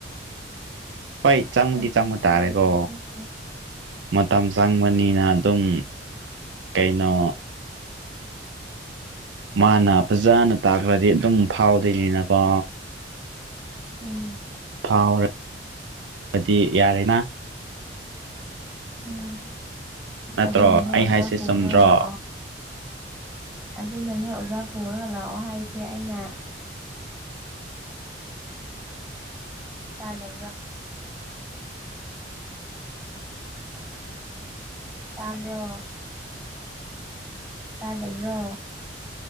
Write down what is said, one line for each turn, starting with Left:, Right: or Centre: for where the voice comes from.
Right: ꯍꯣꯏ ꯆꯪꯕꯗꯤ
Centre: ꯃꯇꯝ
Right: ꯆꯪꯕ ꯇꯥꯔꯦꯀꯣ
Centre: ꯆꯪꯗꯕꯅꯦ
Right: ꯃꯇꯝ ꯆꯪꯕꯅꯤꯅ ꯑꯗꯨꯝ ꯀꯩꯅꯣ ꯃꯥꯅ ꯐꯖꯅ ꯇꯥꯛꯈ꯭ꯔꯗꯤ ꯑꯗꯨꯝ ꯐꯥꯎꯗꯣꯏꯅꯤꯅꯀꯣ
Centre: ꯎꯝ
Right: ꯐꯥꯎꯔꯕꯗꯤ ꯌꯥꯔꯦꯅꯥ
Centre: ꯎꯝ
Right: ꯅꯠꯇ꯭ꯔꯣ
Centre: ꯑꯗꯨꯗꯅꯅꯦ
Right: ꯑꯩ
Centre: ꯑꯣꯖꯥ
Right: ꯍꯥꯏꯁꯦ
Centre: ꯄ ꯄꯨꯔꯒ
Right: ꯆꯨꯝꯗ꯭ꯔꯣ
Centre: ꯑꯗꯨꯅꯅꯦ ꯑꯣꯖꯥ ꯄꯨꯔꯒ ꯂꯥꯛꯑꯣ ꯍꯥꯏꯁꯦ ꯑꯩꯅ ꯇꯥꯅ ꯇꯥꯕ꯭ꯔꯣ ꯇꯥꯗꯕ꯭ꯔꯣ